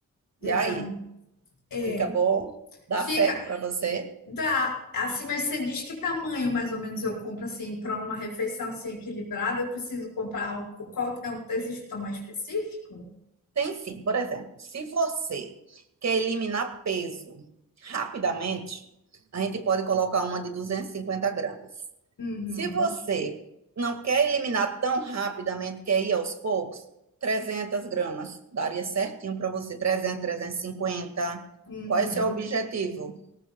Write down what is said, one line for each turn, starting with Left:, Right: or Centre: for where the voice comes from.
Left: legal.
Right: E aí,
Left: É,
Right: fica bom? Dá
Left: fica,
Right: certo para você?
Left: dá, assim, mas você diz que tamanho mais ou menos eu compro assim para uma refeição assim equilibrada, eu preciso comprar o qual é, o- existe um tamanho específico?
Right: Tem sim. Por exemplo, se você quer eliminar peso rapidamente, a gente pode colocar uma de 250 gramas.
Left: Uhum,
Right: Se você não quer eliminar tão rapidamente, quer ir aos poucos, 300 gramas. Daria certinho para você. trezentas, trezentas e cinquenta.
Left: uhum.
Right: Qual é o seu objetivo?